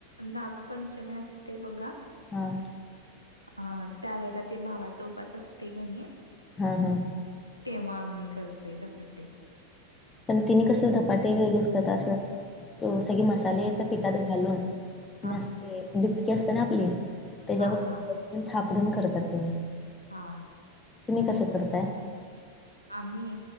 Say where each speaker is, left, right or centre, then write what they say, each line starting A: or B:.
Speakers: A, on the left; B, on the left.
A: नागपंचमी असते बघा
B: हा.
A: अ त्यावेेळेला ते भावाचा उपास असते का नाही
B: हा हा.
A: तेव्हा आम्ही करतोय, धपाटे.
B: पण तिने कस धपाटे वेगळेच करतात, असं सगळे
A: हा
B: मसाले त्या पिठात घालून
A: हा
B: नसते डीचकी असते ना आपली, त्याच्यावर
A: हा हा
B: थापडून करतात. त्यांने
A: हा.
B: तुम्ही कसं करताय?
A: आम्ही